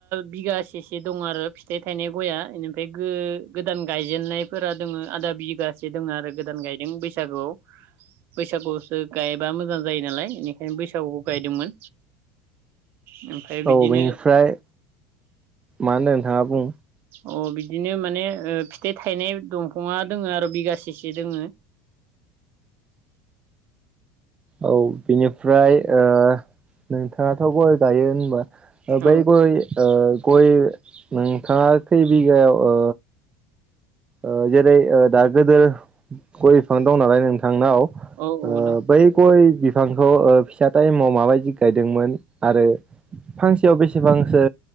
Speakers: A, on the right (about 55°); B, on the right (about 25°).
A: बिगासेसे दं आरो फिथाइ थायनाय गया इनिफ्राय गो-गोदान गायजेननायफोरा दोङो आदा बिघासे दङ आरो गोदान गायदों बैसागुआव बैसागुसो गायबा मोजां जायो नालाय इनिखायनो बैसागुआव गायदोंमोन। ओमफ्राय बिदिनो
B: औ बेनिफ्राय मा होनदों नोंथाङा बुं।
A: अ बिदिनो माने ओ फिथाइ थायनाय दंफाङा दोङो आरो बिगासेसो दोङो।
B: औ बिनिफ्राय ओ नोंथाङाथ' गय गायो होनबा ओ बै
A: औ
B: गय ओ गय नोंथाङा खै बिघायाव ओ ओ जेरै ओ दा गोदोर गय बिफां दं नालाय नोंथांनाव आ
A: औ औ दं
B: बै ग बिफांखौ ओ फिसा टाइमाव माबायदि गायदोंमोन आरो फांसेयाव बेसेबां सो